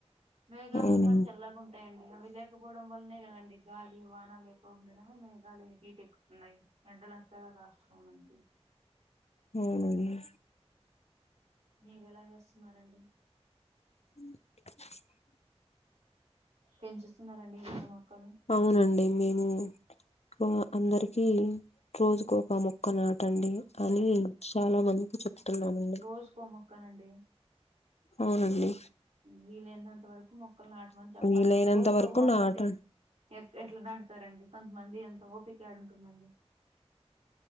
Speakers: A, on the right; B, on the left.
A: మేఘాలు
B: అవునండి
A: కూడా బాగా తెల్లగా ఉంట ఉంటాయండి అవి లేకపోవడం వల్లనే కదండి గాలి వానా లేకోకుండా మే లు హీట్ ఎక్కుతున్నాయి ఎండలు అంతగా కాస్తున్నాయి మనకి
B: ఉ ఊ
A: మీర ఎలా చేస్తున్నారండి
B: ఉమ్
A: పెంచుస్తున్నారండి ఎన్న మొక్కలు
B: అవునండి మేము ఆ అందరికి రోజుకు ఒక మొక్క నాటండి అని చాలా మందికి చెప్తున్నామండి
A: కోజకో ముక్కనండి
B: అవునండి
A: వీలైనంత వరకు మొక్కలు నాటమని చెప్పాలండి
B: వీలైనంత
A: రోజుక
B: వరకు
A: ఒక మొక్క
B: నాట
A: అంటే ఎక్ ఎట్లా నాడతారండి కొంతమంది అంత ఓపిక ఏడు ఉంటుందండి